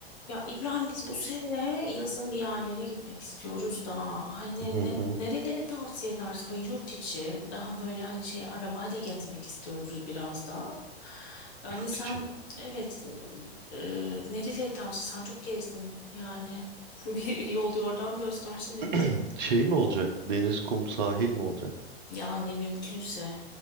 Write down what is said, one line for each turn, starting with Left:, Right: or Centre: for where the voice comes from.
Left: Ya İbrahim biz bu sene yazın bir yerlere gitmek istiyoruz da hani
Right: Hı
Left: ne,
Right: hı.
Left: nereleri tavsiye edersin? Böyle yurt içi daha böyle hani şey arabayla gezmek istiyoruz biraz da. Yani
Right: Yurt
Left: sen
Right: içi.
Left: evet e, nereleri tavsiye sen çok gezdin yani <laughs> bir yol yordam göstersene bize.
Right: <clears throat> Şey mi olacak? Deniz, kum, sahil mi olacak?
Left: Yani mümkünse